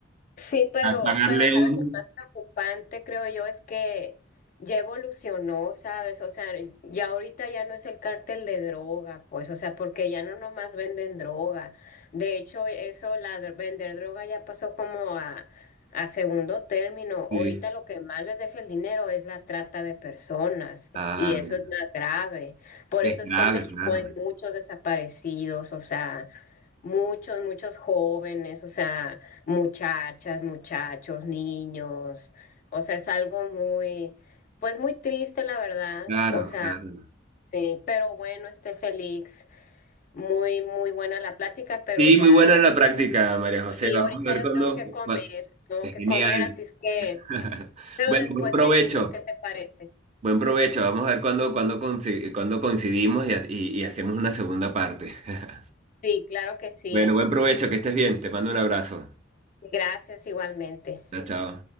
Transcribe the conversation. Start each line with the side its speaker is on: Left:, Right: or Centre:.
Left: Sí, pero,
Right: pagarle
Left: pero sabes
Right: un...
Left: lo más preocupante, creo yo, es que ya evolucionó, ¿sabes? O sea, ya ahorita ya no es el cártel de droga, pues, o sea, porque ya no nomás venden droga. De hecho, eso, la de vender droga ya pasó como a, a segundo término.
Right: Sí.
Left: Ahorita lo que más les deja el dinero es la trata de personas,
Right: Ah,
Left: y eso
Right: mira.
Left: es más grave. Por
Right: Es
Left: eso
Right: grave,
Left: es que en México
Right: claro.
Left: hay muchos desaparecidos, o sea, muchos, muchos jóvenes, o sea muchachas, muchachos, niños. O sea, es algo muy, pues muy triste, la verdad.
Right: Claro,
Left: O sea,
Right: claro.
Left: sí, pero bueno, este Félix, muy, muy buena la plática, pero
Right: Sí,
Left: ya,
Right: muy buena la práctica, María José.
Left: sí,
Right: Vamos
Left: ahorita
Right: a ver
Left: yo
Right: cuándo.
Left: tengo que comer,
Right: cua-
Left: tengo
Right: Es
Left: que
Right: genial.
Left: comer, así es
Right: <laughs>
Left: que, pero
Right: Bueno,
Left: después
Right: buen provecho.
Left: seguimos, ¿qué te parece?
Right: Buen provecho. Vamos a ver cuándo, cuándo, conci- cuándo coincidimos y, ha- y y hacemos una segunda parte. <laughs>
Left: Sí, claro que sí.
Right: Bueno, buen provecho, que estés bien. Te mando un abrazo.
Left: Gracias igualmente.
Right: Chao, chao.